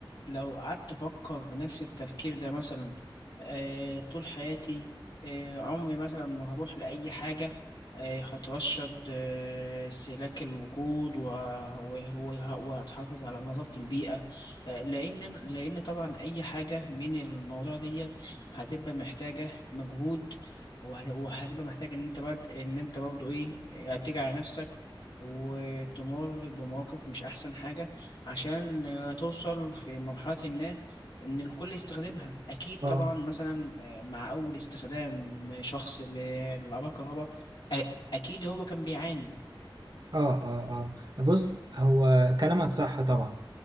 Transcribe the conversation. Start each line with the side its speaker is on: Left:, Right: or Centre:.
Left: لو قعدت افكر بنفس التفكير ده مثلا آه طول حياتي آه عمري مثلا ما هروح لاي حاجه آه هترشد آه استهلاك الوجود وه- وه- وهتحافظ على نظافه البيئه آه لان لان طبعا اي حاجه من الموضوع ديت هتبقى محتاجه مجهود وه- وهتبقى محتاج ان انت بعد ان انت برضه ايه آه، تيجي على نفسك وتمر بمواقف مش أحسن حاجة عشان آه، توصل في مرحلة ما إن الكل يستخدمها أكيد
Right: اه
Left: طبعا مثلا آه، مع أول استخدام شخص ل- للعربية الكهرباء أ- أكيد هو كان بيعاني
Right: اه اه اه بص هو كلامك صح طبعا